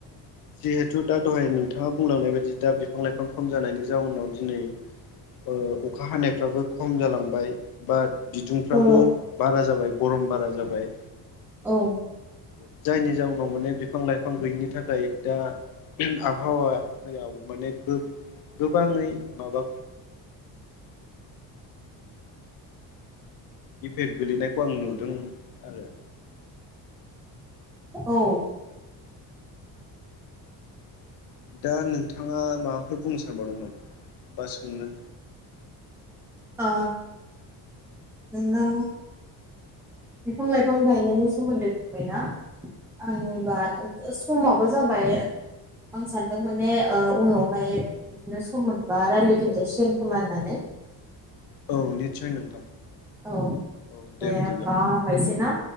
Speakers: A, on the left; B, in the centre.
A: जिहेथु दा दहाय नोंथाङा बुंलांनाय बायदि दा बिफां लाइफां खम जानायनि जाहोनाव दिनै अ अखा हानायफ्राबो खम जालांबाय बात बिदुंफ्राबो
B: औ
A: बारा जाबाय गरम बारा जाबाय
B: औ
A: <inaudible> जायनि जाउनाव माने बिफां लाइफां गैयिनि थाखाय दा आबहावा याव माने गोब गोबाङै माबा इफेक्ट गोलैनायखौ आं नुदों आरो
B: औ
A: दा नोंथाङा माबाफोर बुंनो सानबावदोंं नामा बा सोंनो?
B: आ नों बिफां लाइफां गायनायनि सोमोन्दै बुंबायना आं होनबा समाबो जाबाय आं सानदों माने अ उनावहाय बिदिनो सम मोनबा राय्लायफिनजासिगोन खोमा होननानै
A: औ निस्सय नोंथां
B: औ दे
A: औ बिदिब्ला
B: होमबा हबायसै ना